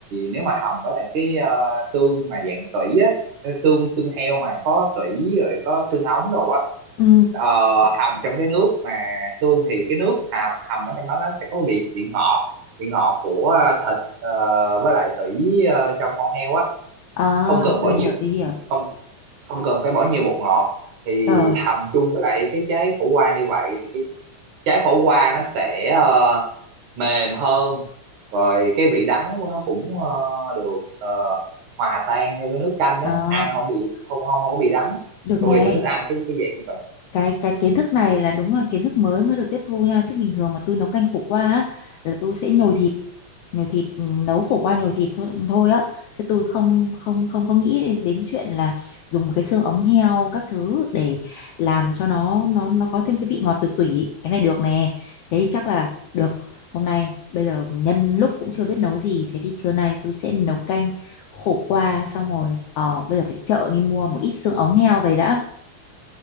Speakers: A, on the right; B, on the left.
A: nếu mà hầm với lại cái ờ, xương mà dạng tủy á cái xương xương heo mà có tủy rồi có xương ống đồ á
B: ừ
A: ờ, hầm trong cái nước mà xương thì cái nước hầm, hầm ở trong đó nó sẽ có vị vị ngọt vị ngọt của ờ, thịt ờ, với lại tủy ờ, trong con heo á
B: Ờ,
A: không cần bỏ
B: tôi
A: nhiều
B: hiểu, tôi hiểu.
A: không không cần phải bỏ nhiều bột ngọt thì
B: Rồi,
A: hầm chung với lại cái trái khổ qua như vậy thì cái trái khổ qua nó sẽ ờ, mềm hơn rồi cái vị đắng của nó cũng ờ, được ờ, hòa tan theo cái nước canh á
B: ờ,
A: ăn không bị không không không có bị đắng
B: được
A: tôi
B: nè.
A: vì tôi thích ăn cái cái dạng như vậy
B: cái cái kiến thức này là đúng là kiến thức mới mới được tiếp thu nha chứ bình thường mà tôi nấu canh khổ qua á, là tôi sẽ nhồi thịt nhồi thịt ừ, nấu khổ qua nhồi thịt thôi, thôi á chứ tôi không không không có nghĩ đến, đến chuyện là dùng cái xương ống heo các thứ để làm cho nó nó nó có thêm cái vị ngọt từ tủy cái này được nè thế thì chắc là được hôm nay bây giờ nhân lúc cũng chưa biết nấu gì thế thì trưa nay tôi sẽ nấu canh khổ qua xong rồi ờ, bây giờ phải đi chợ đi mua một ít xương ống heo về đã